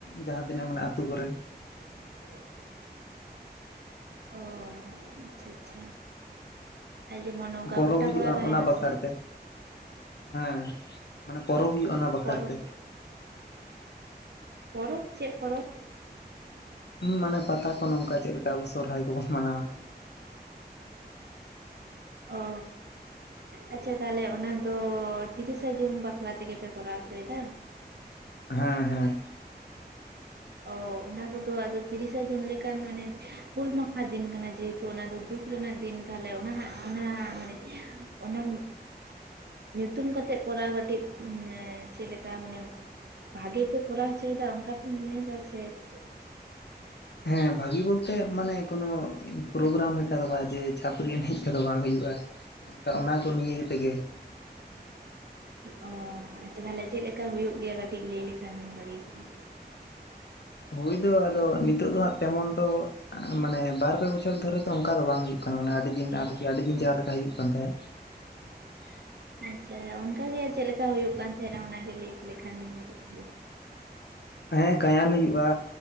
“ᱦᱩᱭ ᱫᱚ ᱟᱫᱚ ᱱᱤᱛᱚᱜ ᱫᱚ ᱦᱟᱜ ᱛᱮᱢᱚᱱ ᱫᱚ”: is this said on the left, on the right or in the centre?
Left